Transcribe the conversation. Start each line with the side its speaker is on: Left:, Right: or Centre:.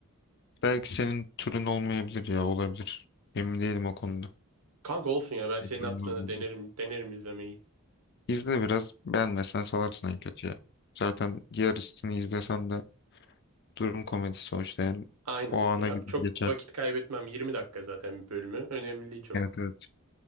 Left: Belki senin türün olmayabilir ya. Olabilir. Emin değilim o konuda.
Right: Kanka olsun ya ben senin
Left: Belli
Right: hatırına
Left: olmaz bu.
Right: denerim denerim izlemeyi.
Left: İzle biraz. Beğenmezsen salarsın en kötü ya. Zaten yarısını izlesen de durum komedisi sonuçta yani.
Right: Aynen.
Left: O ana
Right: Ya
Left: gider
Right: çok
Left: geçer.
Right: vakit kaybetmem. 20 dakika zaten bir bölümü. Önemli değil çok.
Left: Evet evet.